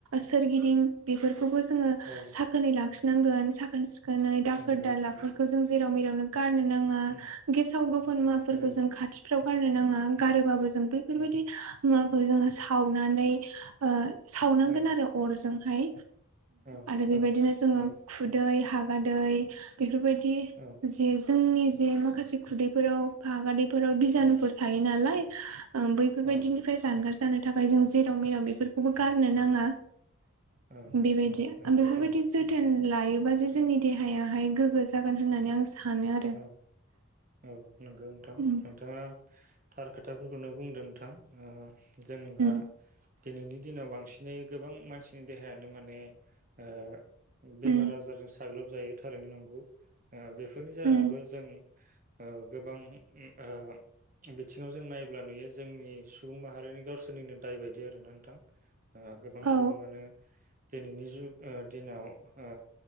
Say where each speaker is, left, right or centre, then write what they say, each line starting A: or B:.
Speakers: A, on the right; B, on the right.
A: सोरगिदिं बेफोरखौबो जोङो
B: औ
A: साखोनै लाखि नांगोन साखोन सिखोनै दाखोर
B: नंगौ
A: दालाफोरखौ
B: नोंथां
A: जों जेराव मेराव गारनो नांङा
B: उम
A: गेसाव गोफुन
B: उम
A: मुवाफोरखौ
B: थारैनो
A: जों खाथिफ्राव गारनो नांङा गारोबाबो ज जों बैफोरबायदि
B: औ
A: मुवाखौ जोंङो सावनानै सावनांगोन
B: औ
A: आरो अरजों हाय
B: औ
A: आरो बेबायदिनो
B: औ
A: जोंङो
B: ओरैनो
A: खुदै हागादै बेफोरबायदि
B: औ
A: जे जोंनि जे माखासे खुदैफोराव हागादैफोराव बिजानुफोर
B: औ
A: थायो नालाय बैफोरबायदिनिफ्राय
B: औ
A: जानगार
B: नंगौ
A: जानो थाखाय जों जेराव मेराव बेफोरखौबो गारनो नाङा।
B: औ
A: बेबायदि
B: औ नंगौ
A: बेफोरबायदि
B: थारैनो
A: जोथोन
B: औ
A: लायोबा जे जोंनि देहायाहाय गोग्गो जागोन होननानै
B: औ
A: आं सानो आरो।
B: औ औ नंगौ नोंथां
A: उम
B: नोंथाङा थार खोथाफोरखौनो बुंदों नोंथां। ओ जोंहा
A: उम
B: दिनैनि दिनाव बांसिनै गोबां मानसिनि देहायानो माने ओ बेमार
A: उम
B: आजारजों साग्लोबजायो थारैनो नंगौ बेफोरनि जाहोनाबो
A: उम
B: जों ओ गोबां उम आ बिथिङाव जों नायब्ला नुयो जोंनि सुबुं माहारिनि गावसोरनिनो दाय बायदि आरोना नोंथां ओ गोबां
A: औ
B: सुबुङानो दिनैनि जुग आ दिनाव आ